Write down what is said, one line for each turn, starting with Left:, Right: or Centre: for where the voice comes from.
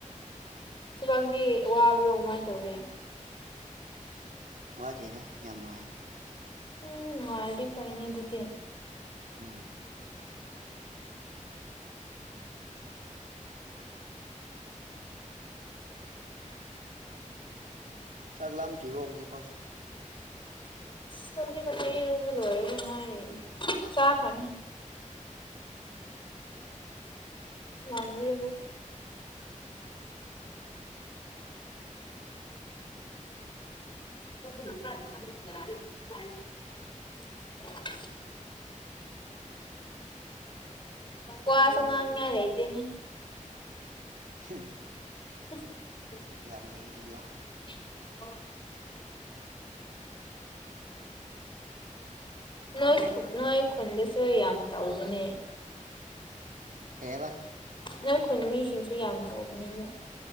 Left: ꯊꯕꯥꯛꯀꯤ ꯋꯥꯕ꯭ꯔꯣ ꯀꯃꯥꯏꯅ ꯇꯧꯒꯦ
Right: ꯋꯥꯗꯦꯅꯦ ꯌꯥꯝ ꯅꯨꯡꯉꯥꯏ
Left: ꯎꯝ ꯑꯣꯜꯔꯦꯗꯤ ꯐꯥꯏꯅꯦ ꯑꯗꯨꯗꯤ
Right: ꯎꯝ ꯆꯒ ꯂꯝ ꯊꯕꯣ ꯄ
Left: ꯁꯒꯦ ꯀ ꯇꯕꯨꯂꯨ ꯑꯣꯏꯔꯒꯉ ꯆꯥ ꯈꯅꯤ
Right: ꯎꯝ
Left: ꯅꯟꯃꯦ <unintelligible> ꯋꯥꯁꯨ ꯎ
Right: ꯎꯝ
Left: ꯉ ꯌꯥ ꯂꯇꯅꯦ
Right: ꯍꯝ
Left: ꯁꯁ
Right: ꯌꯥꯝꯅꯩꯁꯤꯗꯌꯥ
Left: <inaudible> <unintelligible> ꯅꯣꯏ ꯅꯣꯏ ꯈꯨꯟꯗꯁꯨ ꯌꯥꯝ ꯇꯧꯕꯅꯦ
Right: ꯀꯩꯕ
Left: ꯅꯣꯏꯈꯨꯟ ꯃꯤꯁꯤꯡꯁꯨ ꯌꯥꯝ ꯇꯧꯕꯅꯦꯕ